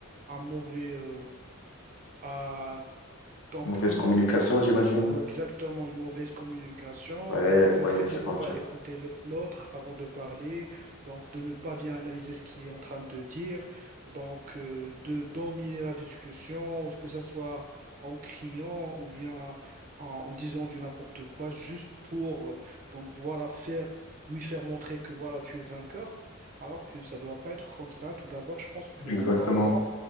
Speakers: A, on the right; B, on the left.
A: un mauvais, euh, ah, donc
B: Mauvaise
A: une,
B: communication,
A: mo-
B: j'imagine.
A: Ouais, Exactement, une mauvaise communication.
B: Ouais,
A: Donc, le
B: ouais,
A: fait
B: je
A: de
B: le
A: ne
B: confirme.
A: pas écouter le- l'autre avant de parler, donc de ne pas bien analyser ce qu'il est en train de dire, donc euh, de dominer la discussion, que ce soit en criant ou bien en, en disant du n'importe quoi, juste pour euh, donc voilà faire lui faire montrer que voilà tu es vainqueur, alors que ça doit pas être comme ça. Tout d'abord, je pense qu'on
B: Exactement.
A: doit avoir